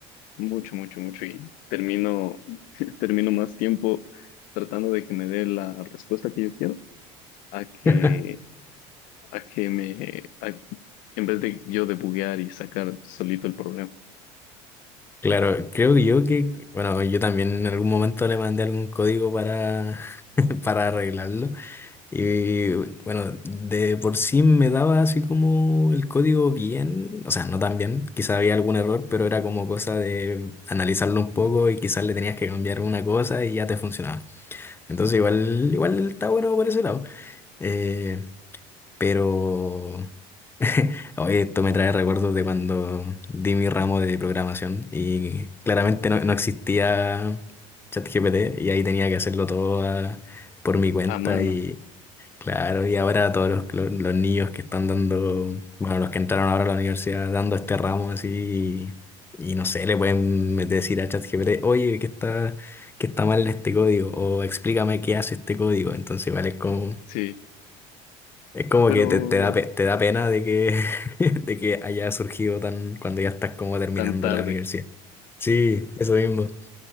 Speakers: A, on the left; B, on the left.
A: mucho, mucho, mucho. Y termino, <laughs> termino más tiempo tratando de que me dé la respuesta que yo quiero a que,
B: <laughs>
A: a que me, a- en vez de yo debuguear y sacar solito el problema
B: Claro, creo que yo que, bueno, yo también en algún momento le mandé algún código para, <laughs> para arreglarlo. Y bueno, de por sí me daba así como el código bien, o sea, no tan bien, quizá había algún error, pero era como cosa de analizarlo un poco y quizás le tenías que cambiar una cosa y ya te funcionaba. Entonces igual, igual está bueno por ese lado. Eh, pero <laughs> oye, esto me trae recuerdos de cuando di mi ramo de programación y claramente no, no existía ChatGPT y ahí tenía que hacerlo todo a- por mi cuenta
A: a mano.
B: y Claro, y ahora todos los, los- los niños que están dando, bueno, los que entraron ahora a la universidad dando este ramo así, y, y no sé, le pueden met- decir a ChatGPT, oye, ¿qué está, qué está mal en este código? O explícame qué hace este código. Entonces, igual es como,
A: Sí,
B: es como
A: pero
B: que te, te da, pe- te da pena de que, <laughs> de que haya surgido tan, cuando ya estás como terminando
A: tan tarde.
B: la universidad. Sí, eso mismo.